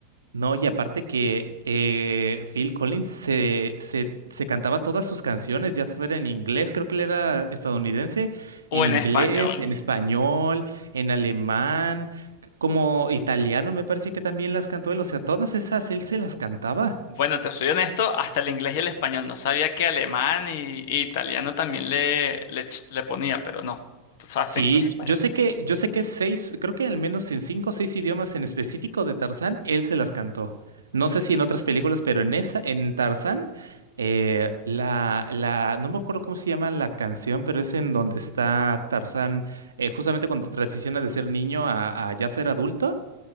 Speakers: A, on the right; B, on the left.
A: No, y aparte que eh, Phil Collins se, se, se cantaba todas sus canciones, ya fuera en inglés, creo que él era estadounidense,
B: O
A: en
B: en
A: inglés,
B: español.
A: en español, en alemán, como italiano me parece que también las cantó él, o sea, todas esas él se las cantaba.
B: Bueno, te soy honesto, hasta el inglés y el español. No sabía que alemán y, y italiano también le, le, ch- le ponía, pero no. O sea,
A: Sí,
B: hasta inglés y español.
A: yo sé que, yo sé que seis, creo que al menos en cinco o seis idiomas en específico de Tarzán, él se las cantó. No sé si en otras películas, pero en esa, en Tarzán, eh, la, la, no me acuerdo cómo se llama la canción, pero es en donde está Tarzán, eh, justamente cuando transiciona de ser niño a, a ya ser adulto.